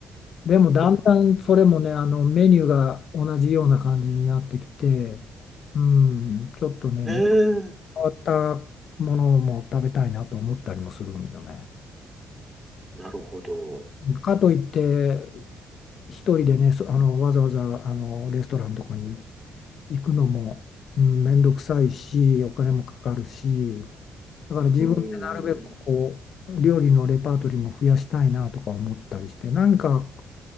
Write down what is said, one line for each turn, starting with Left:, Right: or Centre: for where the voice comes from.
Left: でもだんだんそれもねあのメニューが同じような感じになってきて
Right: う
Left: うんちょっとね
Right: えー
Left: 変わったものも食べたいなと思ったりもするんだよね
Right: なるほど。
Left: かといって一人でねそあのわざわざあのレストランとかに行くのも、うん、めんどくさいしお金もかかるしだから自分でなるべくこう料理のレパートリーも増やしたいなとか思ったりして何か
Right: うん、